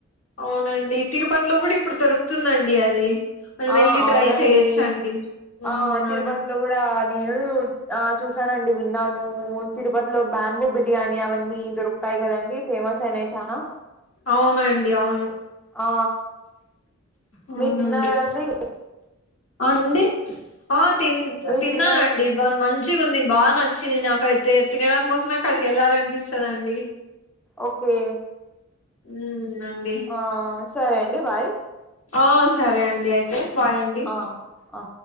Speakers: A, on the left; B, in the centre.
A: అవునండి తిరుపతిలో కూడా ఇప్పుడు దొరుకుతుందండి అది మనం
B: ఆ
A: వెళ్ళి
B: అవునండి
A: ట్రై చెయొచ్చండి ఉమ్
B: ఆ తిరుపతిలో
A: అవును
B: కూడా నేను ఆ చూసానండి విన్నాను తిరుపతిలో బ్యాంబు బిర్యానీ అవన్నీ దొరుకుతాయి కదండి ఫేమస్ అయిన చనా
A: అవునండి అవును
B: ఆ
A: అవునండి
B: మీరు తిన్నారా అండి
A: ఆ అండి ఆ తిన్
B: మీరు
A: తిన్నానండి
B: తిన్నారా
A: బ మన్ మంచిగా ఉంది బాగా నచ్చింది నాకైతే తినడం కోసమే అక్కడికి వెళ్ళాలి అనిపిస్తదండి
B: ఓకే
A: ఉమ్ అండి
B: ఆ సరే అండి బాయ్
A: ఆ సరే అండి అయితే బాయండి
B: ఆ ఆ